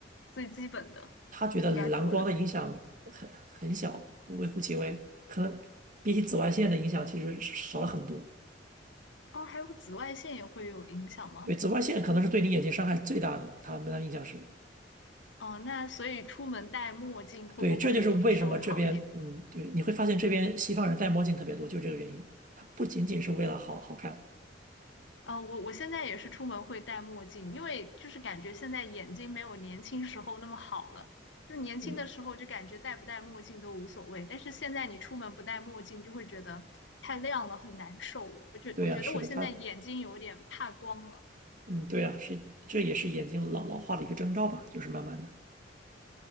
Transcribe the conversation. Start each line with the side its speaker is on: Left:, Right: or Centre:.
Left: 最基本的，
Right: 他觉得蓝光的影响很很小，
Left: 应该做的。
Right: 微乎其微，可能比起紫外线的影响其实少了很多。
Left: 哦，还有紫外线也会有影响吗？
Right: 对，紫外线可能是对你眼睛伤害最大的，他们的影响是，
Left: 哦，那所以出门戴墨镜会不会稍微好一点？
Right: 对，这就是为什么这边，嗯，对，你会发现这边西方人戴墨镜特别多，就这个原因。它不仅仅是为了好好看，
Left: 哦，我我现在也是出门会戴墨镜，因为就是感觉现在眼睛没有年轻时候那么好了。就年轻的时候就感觉戴不戴墨镜都无所谓，
Right: 对，
Left: 但是现在你出门不戴墨镜就会觉得太亮了，很难受。我觉我觉得我现在眼睛有点怕光了。
Right: 对呀，是的，它。嗯，对啊，是，这也是眼睛老老化的一个征兆吧，就是慢慢的，